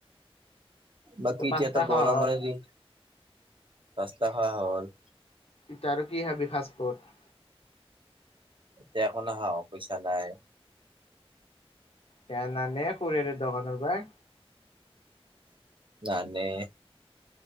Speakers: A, on the right; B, on the left.
A: বাকী
B: ত' পাঁচটা
A: যে এটা গৰমৰ
B: সহজ
A: দিন ৰাস্তা খৱা হ'ল।
B: ইতাৰ আৰু কি হাবি ফাষ্টফুড।
A: এতিয়া একো নাখাওঁ পইচা নাই।
B: কেনানে খুৰেৰে দোকানৰ পায়।
A: নানে।